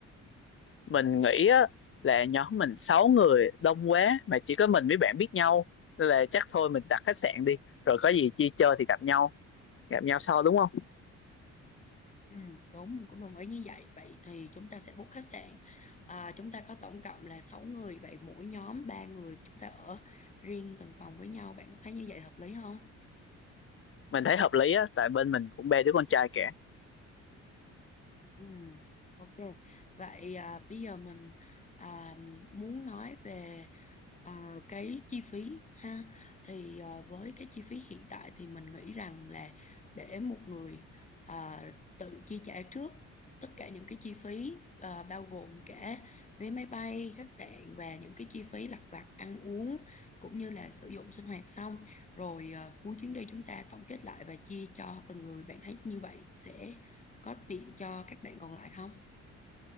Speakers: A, on the left (about 45°); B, on the left (about 25°).
A: mình nghĩ á, là nhóm mình 6 người đông quá mà chỉ có mình với bạn biết nhau nên là chắc thôi mình đặt khách sạn đi rồi có gì chia chơi thì gặp nhau gặp nhau sau đúng không
B: Ừ, đúng, mình cũng đồng ý như vậy. Vậy thì chúng ta sẽ book khách sạn. À, chúng ta có tổng cộng là 6 người, vậy mỗi nhóm 3 người chúng ta ở riêng từng phòng với nhau. Bạn có thấy như vậy hợp lý không?
A: mình thấy hợp lý á tại bên mình cũng ba đứa con trai cả
B: Ừ, ok. Vậy à, bây giờ mình à, muốn nói về à, cái chi phí ha. Thì à, với cái chi phí hiện tại thì mình nghĩ rằng là để một người à, tự chi trả trước tất cả những cái chi phí à, bao gồm cả vé máy bay, khách sạn và những cái chi phí lặt vặt ăn uống cũng như là sử dụng sinh hoạt xong rồi à, cuối chuyến đi chúng ta tổng kết lại và chia cho từng người. Bạn thấy như vậy sẽ có tiện cho các bạn còn lại không